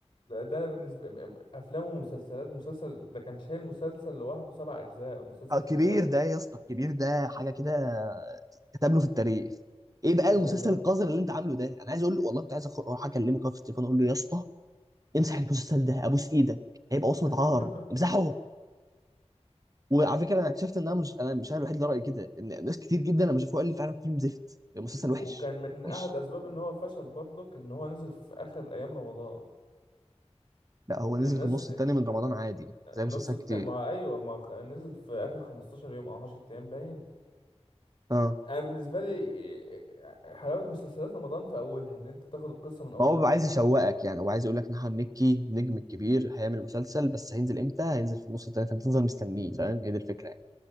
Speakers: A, on the left (about 45°); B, on the right (about 30°).
A: لا، ده انا بالنسبه م- م- افلام ومسلسلات مسلسل ده كان شايل مسلسل لوحده سبع اجزاء مسلسل
B: آه،
A: كبير
B: كبير
A: قوي
B: ده يا اسطى كبير ده حاجة كده كتب له في التاريخ ايه بقى
A: اللي
B: المسلسل
A: هو
B: القذر اللي انت عامله ده انا عايز اقول له والله كنت عايز أخ- اروح اكلمه كده في التليفون اقول له يا اسطى امسح المسلسل ده ابوس ايدك هيبقى وصمة
A: <laughs>
B: عار امسحه وعلى فكره انا اكتشفت ان انا مش انا مش انا الوحيد اللي رايي كده ان ناس كتير جدا لما شافوه قال لي فعلا فيلم زفت المسلسل وحش
A: وكان من
B: وحش
A: احد اسباب ان هو فشل برضك ان هو نزل في اخر ايام رمضان
B: لا هو نزل
A: يعني الناس
B: في النص التاني من رمضان عادي
A: النص
B: زي مسلسلات
A: التاني
B: كتير
A: ما هو ايوه ما خ- نزل في اخر 15 يوم او 10 ايام باين
B: اه
A: انا بالنسبه لي حلاوه مسلسلات رمضان في اولها ان انت تاخد القصه من اول
B: ما هو
A: رمضان
B: بيبقى عايز
A: كده
B: يشوقك يعني هو عايز يقول لك نحن مكي النجم الكبير هيعمل مسلسل بس هينزل امتى هينزل في النص التاني فانت تفضل مستنيه فاهم هي دي الفكره يعني